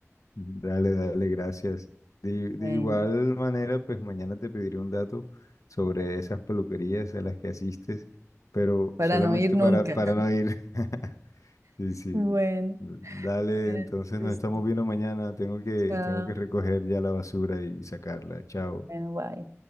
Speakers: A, on the left; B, on the right.
A: Dale, dale, gracias. De,
B: Bueno,
A: de igual manera, pues mañana te pediré un dato sobre esas peluquerías a las que asistes, pero
B: para
A: solamente
B: no ir nunca.
A: para, para
B: <laughs>
A: no ir. <laughs> Sí, sí.
B: Bueno,
A: Dale,
B: bueno,
A: entonces
B: listo.
A: nos estamos viendo mañana. Tengo que,
B: chao.
A: tengo que recoger ya la basura y sacarla. Chao.
B: Bueno, bye.